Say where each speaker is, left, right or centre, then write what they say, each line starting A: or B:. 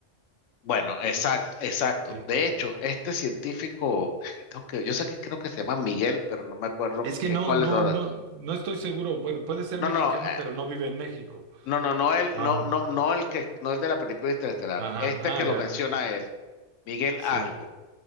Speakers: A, on the left; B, on the right.
A: Bueno, exacto, exacto.
B: sí
A: De hecho, este científico, es que tengo que, yo sé que creo que se llama Miguel, pero no me acuerdo
B: Es que
A: qué,
B: no,
A: cuál
B: no,
A: es ahora.
B: no, no estoy seguro. Bueno, puede ser
A: No,
B: mexicano,
A: no, eh,
B: pero no vive en México.
A: no, no, no el,
B: Ah,
A: no, no, no el que, no el de la película Interestelar.
B: ajá,
A: Este
B: ah,
A: que lo
B: ya.
A: menciona él, Miguel
B: Sí,
A: algo.